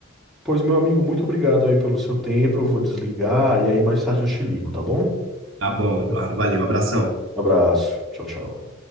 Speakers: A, in the centre; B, on the right (about 75°).
A: Pois, meu amigo, muito obrigado aí pelo seu tempo. Eu vou desligar e aí mais tarde eu te ligo, tá bom?
B: Tá bom, Eduardo. Valeu, abração.
A: Abraço. Tchau, tchau.